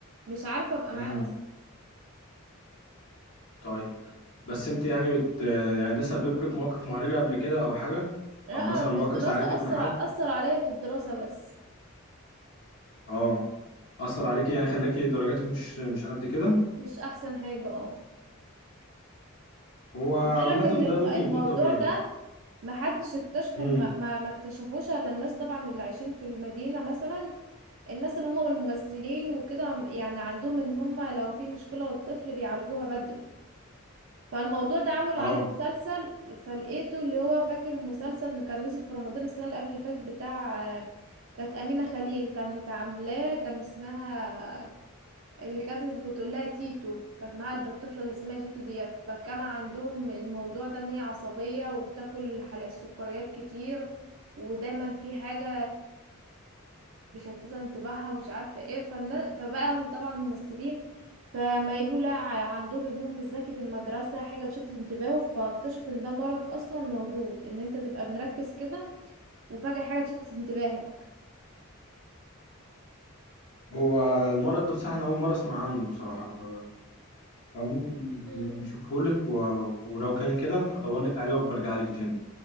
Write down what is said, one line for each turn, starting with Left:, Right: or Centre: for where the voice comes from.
Right: مش عارفه ابقى
Left: مم.
Right: معاه اصلا
Left: طيب بس انت يعني بت يعني ده سبب لك مواقف محرجة قبل كده او حاجة
Right: لا
Left: او مثلا
Right: في
Left: مواقف
Right: الدراسه
Left: زعلتك
Right: اثر
Left: من حد
Right: ع- اثر عليا في الدراسه بس
Left: اه اثر عليكي يعني خلاكي درجاتك مش مش قد كده
Right: مش احسن حاجه اه
Left: هو عامة
Right: خد بالك ان الم...
Left: ده ممكن
Right: الموضوع
Left: يكون طبيعي
Right: ده محدش اكتشفه
Left: امم
Right: ما... ما ما اكتشفوش الا الناس طبعا اللي عايشين في المدينه مثلا الناس اللي هم الممثلين وكده يعني عندهم ان هم لو في مشكله للطفل بيعالجوها بدري فالموضوع ده عملوا
Left: اه
Right: عليه مسلسل فلقيته اللي هو فاكر المسلسل اللي كان نزل في رمضان السنة اللي قبل اللي فاتت بتاع آه، كانت أمينة خليل كانت عاملاه كان اسمها اللي كانت كنت اقول لها تيتو كانت معاها الب- الطفله اللي اسمها تيتو ديت فكان عندهم الموضوع ده ان هي عصبيه وبتاكل حلقة السكريات كتير ودايما في حاجه مشتته انتباهها ومش عارفه ايه فالنا- فبقى طبعا الممثلين فما يجوا لا ع- عندهم ابنهم مش ذكي في المدرسه حاجه بتشتت انتباهه فاكتشفوا ان ده مرض اصلا موجود ان انت تبقى مركز كده وفجاه حاجه تشتت انتباهك
Left: هو المرض ده بصراحة انا اول مرة اسمع عنه بصراحة ف... فممكن
Right: مم.
Left: نبقى نشوفه لك و... ولو كان كده هدور لك عليه وبرجع لك تاني